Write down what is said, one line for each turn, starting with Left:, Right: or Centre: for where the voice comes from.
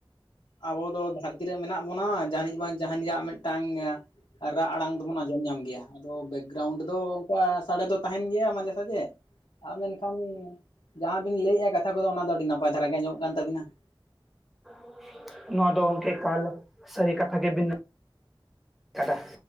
Left: ᱟᱵᱚ ᱫᱚ ᱫᱷᱟᱹᱨᱛᱤ ᱨᱮ ᱢᱮᱱᱟᱜ ᱵᱚᱱᱟ ᱡᱟᱱᱤᱡ ᱵᱟᱝ ᱡᱟᱦᱟᱱᱤᱡᱟᱜ ᱢᱤᱫᱴᱟᱝ ᱨᱟᱜ ᱟᱲᱟᱝ ᱫᱚᱵᱚᱱ ᱟᱸᱡᱚᱢ ᱧᱟᱢ ᱜᱮᱭᱟ ᱾ ᱟᱫᱚ ᱵᱮᱠᱜᱨᱟᱣᱩᱱᱰ ᱫᱚ ᱚᱱᱠᱟ ᱥᱟᱰᱮ ᱫᱚ ᱛᱟᱦᱮᱱ ᱜᱮᱭᱟ ᱢᱟᱡᱷᱮ ᱥᱟᱡᱷᱮ ᱾ ᱟᱨ ᱢᱮᱱᱠᱷᱟᱱ ᱡᱟᱦᱟᱸ ᱵᱤᱱ ᱞᱟᱹᱭᱮᱫ-ᱟ ᱠᱟᱛᱷᱟ ᱠᱚᱫᱚ ᱚᱱᱟ ᱫᱚ ᱟᱹᱰᱤ ᱱᱟᱯᱟᱭ ᱫᱷᱟᱨᱟ ᱜᱮ ᱟᱸᱡᱚᱢᱚᱜ ᱠᱟᱱ ᱛᱟᱹᱵᱤᱱᱟ ᱾
Centre: <inaudible> ᱱᱚᱣᱟ ᱫᱚ ᱜᱚᱢᱠᱮ ᱮᱠᱟᱞ ᱥᱟᱹᱨᱤ ᱠᱟᱛᱷᱟ ᱜᱮ ᱵᱤᱱ <inaudible> ᱟᱠᱟᱫᱟ ᱾